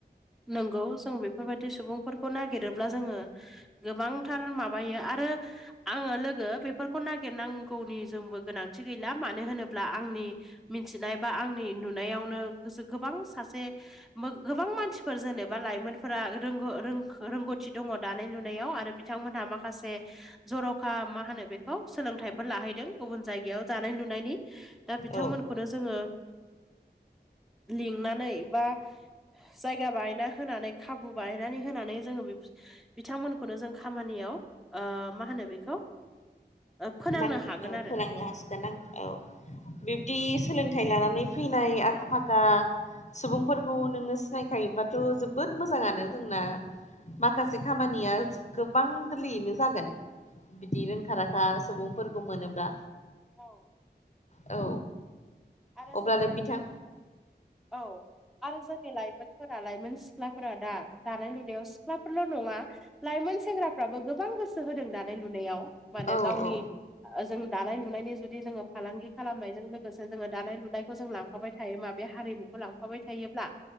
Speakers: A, in the centre; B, on the left.
A: नंगौ जों बेफोरबायदि सुबुंफोरखौ नागिरोब्ला जोङो गोबांथार माबायो आरो आङो लोगो बेफोरखौ नागिरनांगौनि जोंबो गोनांथि गैला मानो होनोब्ला आंनि मिथिनाय बा आंनि नुनायावनो गोसो गोबां सासे गोबां मानसि फोर जेनेबा लाइमोनफोरा रों-रोंगौथि दङ दानाय लुनायाव आरो बिथांमोनहा माखासे जर'खा मा होनो बेखौ सोलोंथाइबो लाहैदों गुबुन जायगायाव दानाय लुनायनि दा बिथांमोनखौनो
B: औ
A: जोङो लिंनानै बा जायगा बायना होनानै खाबु बानायनै होनानै जोंङो बे बिथांमोनखौनो जों खामानियाव ओ मा होनो बेखौ फोनांनो
B: नां
A: हागोन
B: औ
A: आरो
B: फोनांनो हासिगो आं औ बिबदि सोलों थाइ लानानै फैनाय आखा फाखा सुबुंफोरखौ नोङो सिनायखायोबाथ' जोबोद मोजाङानो जोंना माखासे खामानिया गोबां गोरलैयैनो जागोन बिदि रोंखाराखा सुबुंफोरखौ मोनोब्ला
A: औ।
B: औ।
A: आरो
B: अब्लानो
A: जोंनि,
B: बिथां
A: औ। आरो जोंनि लाइमोनफोरा लाइमोन सिख्लाफोरा दा दानाय लुनायाव सिख्लाफोरल' नङा लाइमोन सेंग्राफ्राबो गोबां गोसो होदों दानाय लुनायाव। माने
B: औ
A: गावनि
B: औ
A: जों दानाय लुनायनि जुदि जोङो फालांगि खालामनायजों लोगोसे जोङो दानाय लुनायखौ जों लांफाबाय थायोब्ला बे हारिमुखौ लांफाबाय थायोब्ला,